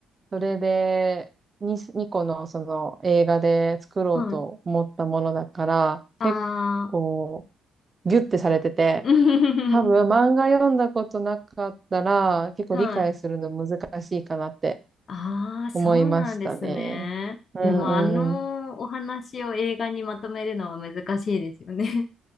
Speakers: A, on the right; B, on the left.
A: それで2、2個のその映画で作ろうと思ったものだから、
B: はい。あ
A: 結構ギュッてされてて、
B: ー。
A: 多分漫画読んだことなかったら結構理解するの難しいかなって
B: <laughs> はい。あー、
A: 思いましたね。
B: そうなんですね。
A: うんうんうん。
B: でも、あのお話を映画にまとめるのは難しいですよね。